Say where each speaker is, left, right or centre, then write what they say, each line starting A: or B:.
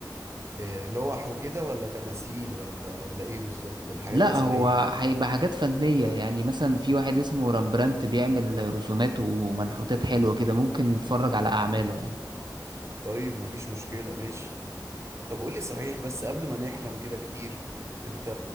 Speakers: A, on the right; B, on the right.
A: آه، لوح وكده ولا تماثيل ولا ولا ايه بالظبط ولا حاجات
B: لا
A: أثرية
B: هو
A: ولا
B: هيبقى
A: إيه؟
B: حاجات فنية يعني مثلا في واحد اسمه رامبرانت بيعمل رسومات ومنحوتات حلوة كده ممكن نتفرج على أعماله يعني
A: طيب مفيش مشكلة ماشي طب قول لي صحيح بس قبل ما نحلم كده كتير انت